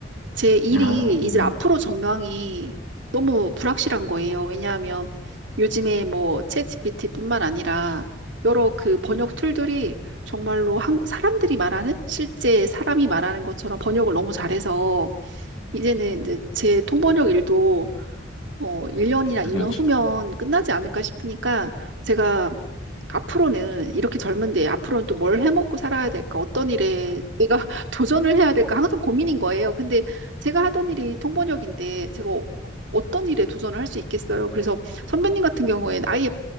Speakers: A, on the right; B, on the left.
A: 제 일이
B: 아, 네.
A: 이제 앞으로 전망이 너무 불확실한 거예요. 왜냐하면 요즘에 뭐 챗GPT뿐만 아니라 여러 그 번역 툴들이 정말로 한, 사람들이 말하는 실제 사람이 말하는 것처럼 번역을 너무 잘해서 이제는 이제 제 통번역 일도 어 1년이나
B: 그렇죠.
A: 2년 후면 끝나지 않을까 싶으니까 제가 앞으로는 이렇게 젊은데 앞으로는 또 뭘 해먹고 살아야 될까? 어떤 일에 내가 <laughs> 도전을 해야 될까? 항상 고민인 거예요. 근데 제가 하던 일이 통번역인데 제가 어- 어떤 일에 도전을 할 수 있겠어요? 그래서 선배님 같은 경우에는 아예